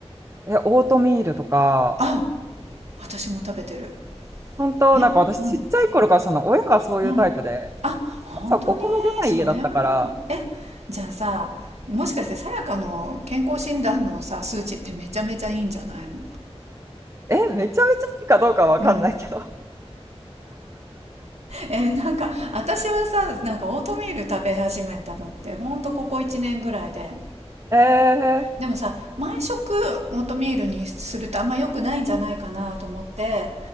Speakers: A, on the right; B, on the right.
A: え、オートミールとか、
B: あ私も食べてる
A: 本当なんか私ちっちゃい頃からその親がそういうタイプで、
B: えうんうんあ本当にそれはいいえじゃあさもしかしてさやかの健康診断のさ数値ってめちゃめちゃいいんじゃないの
A: 朝お米出ない家だったから、え、めちゃめちゃいいかどうかわかんないけど。
B: うんえーなんか私はさなんかオートミール食べ始めたのってほんとここ1年ぐらいで
A: <laughs> えー、
B: でもさ毎食オートミールにするとあんま良くないんじゃないかなと思って